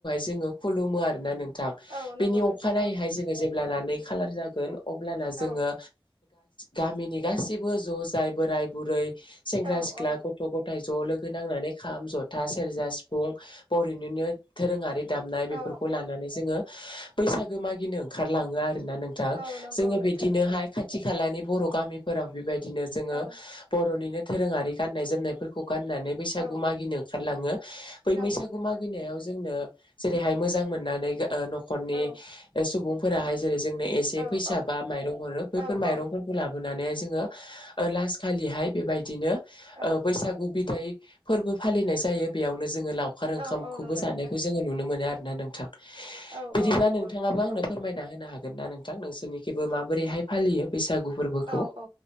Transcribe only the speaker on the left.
ज खुलुमो आरो ना नोंथां
बेनि
अखानायै
ज अब्लाना नै खाालार जागोन अब्लाना जोङो
गामिनि गासैबो ज' जाय बोराय बुरै सेंग्रा
सिख्ला
गथ' गथाय ज' लोगो नांनानै खाम जथा सेरजा सिफुं बर'निनो दोरोङारि दामनाय बेफोरखौ
लानानै जोङो बैसागो मागिनो ओंखारलाङो आरो ना नोंथां
जोङो
बिदिनोहाय
खाथि खालानि बर' गामिफोराव बेबायदिनो जोङो
बर'निनो दोरोङारि गाननाय जोमनायफोरखौ गाननानै बैसागु
मागिनो ओंखारलाङो बै
बैसागु
मागिनायाव जोंनो जेरैहाय मोजां मोननानै न'खरनि
सुबुंफोराहाय जेरै जोंनो एसे
फैसा
बा माइरं हरो बैफोर
माइरंफोरखौ
लाबो जोङो लास खालि हाय बेबायदिनो
बैसागु बिद फोरबो फालिनाय जायो बेयावनो जोङो लावखार ओंखामखौबो
जानायखौ
जोङो नुनो मोनो आरोना नोंथां
बिदिब्ला
नोंथाङाबो
आंनो
फोरमायना होनो हागोन ना नोंथां नोंसोरनिखेबो माबोरैहाय फालियो बैसागु? फोरबोखौ?